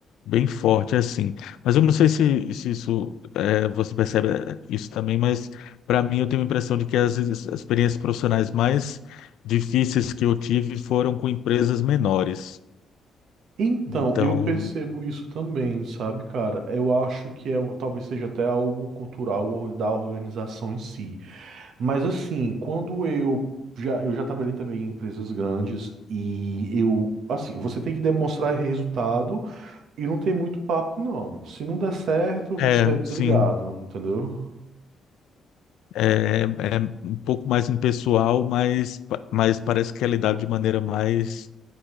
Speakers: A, on the left; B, on the right.
A: Bem forte, assim. Mas eu não sei se, se isso é, você percebe é, isso também, mas para mim eu tenho a impressão de que as ex- experiências profissionais mais difíceis que eu tive foram com empresas menores.
B: Então,
A: Então,
B: eu percebo isso também, sabe, cara? Eu acho que é, talvez seja até algo cultural or- da organização em si. Mas assim, quando eu já eu já trabalhei também em empresas grandes e eu, assim, você tem que demonstrar resultado e não tem muito papo, não. Se não der certo, você
A: é,
B: é desligado,
A: sim,
B: entendeu?
A: é, é é um pouco mais impessoal, mas, pa- mas parece que é lidado de maneira mais,